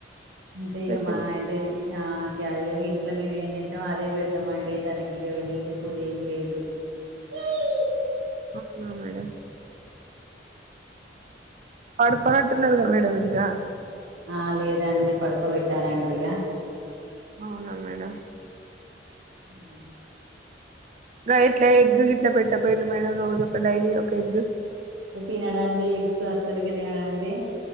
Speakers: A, on the right; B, on the right.
A: అంటే
B: స్పెషల్
A: ఇగ మా ఆయన్ డెల్ ఆ క్యాజువల్గ ఇంట్ల మేము ఏం తింటం అదే పెడతామండి తనకిగ హెల్తీ ఫుడ్ ఏం లేదు <unintelligible>
B: అవునా మేడం పడుకోనట్టున్నడుగా మేడం ఇంకా
A: ఆ లేదండి పడుకోబెట్టాలండిగ
B: అవునా మేడం
A: హూ
B: లైట్ లైట్ గిట్ల పెట్టపోయిళ్ళు మేడం రోజు ఒక డైలీ ఒక ఎగ్
A: తినడండి ఎగ్స్ అస్సలకె తినడండి